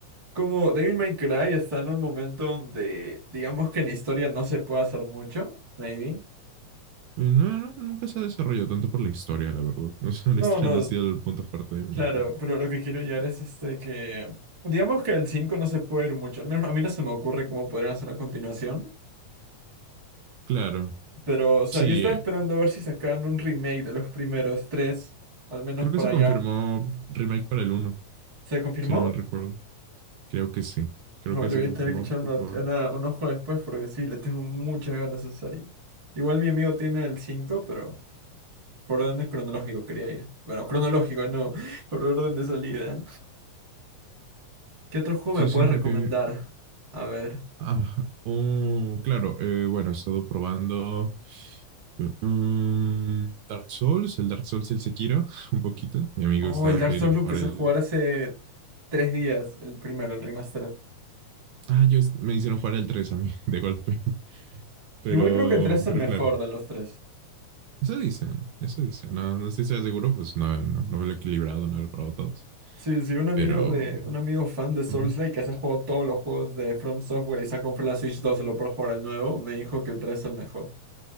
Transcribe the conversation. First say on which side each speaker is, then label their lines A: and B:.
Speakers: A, on the right; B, on the right.
A: como Devil May Cry está en un momento donde, digamos que en historia no se puede hacer mucho, maybe.
B: No, no, no, nunca se ha desarrollado tanto por la historia, la verdad. <laughs> O sea,
A: No,
B: la historia
A: no,
B: no ha sido el punto fuerte de Minecraft.
A: claro, pero lo que quiero llegar es este que. Digamos que el 5 no se puede ir mucho. Al menos a mí no se me ocurre cómo podrían hacer una continuación.
B: Claro.
A: Pero, o sea,
B: Sí,
A: yo estaba
B: eh,
A: esperando a ver si sacaban un remake de los primeros tres, al menos
B: creo
A: para
B: que se
A: allá.
B: confirmó remake para el uno,
A: ¿Se confirmó?
B: si no mal recuerdo. Creo que sí. Creo
A: No,
B: que
A: le
B: se
A: voy
B: confirmó.
A: a tener que echar una-
B: porque-
A: una- un ojo después porque sí, le tengo muchas ganas a esa serie. Igual mi amigo tiene el 5 pero por orden cronológico quería ir. Bueno, cronológico, no, <laughs> por orden de salida. ¿Qué otro juego
B: Sí,
A: me puedes
B: sí, porque
A: recomendar? A ver.
B: Ah, Mm, claro, eh, bueno, he estado probando mm, Dark Souls, el Dark Souls y el Sekiro, <laughs> un poquito. Mi amigo
A: Oh,
B: estaba
A: el Dark
B: queriendo
A: Souls
B: jugar
A: lo empecé
B: el...
A: a jugar hace tres días, el primero, el remastered.
B: Ah, yo me hicieron jugar el 3 a mí, <laughs> de golpe. Pero,
A: Igual creo que el 3 es
B: pero
A: el mejor
B: claro,
A: de los tres.
B: eso dicen, eso dicen. No, no estoy seguro, pues no, no, no lo he equilibrado, no lo he probado todos.
A: Sí, sí, un amigo
B: Pero
A: de, un amigo fan de Soulslike
B: ujú.
A: que se ha jugado todos los juegos de From Software y se ha comprado la Switch 2 solo por jugar al nuevo, me dijo que el tres es el mejor.